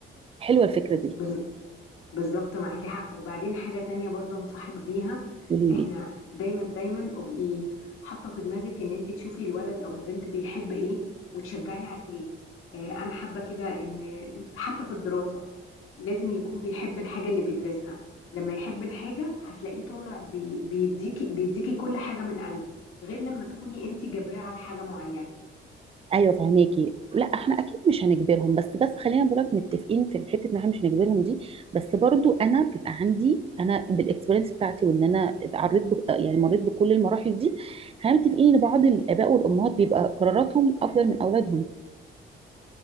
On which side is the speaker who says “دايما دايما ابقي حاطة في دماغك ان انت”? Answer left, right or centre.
Left